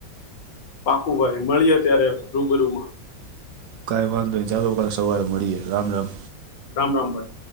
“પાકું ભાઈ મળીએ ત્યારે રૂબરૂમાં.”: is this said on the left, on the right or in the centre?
Left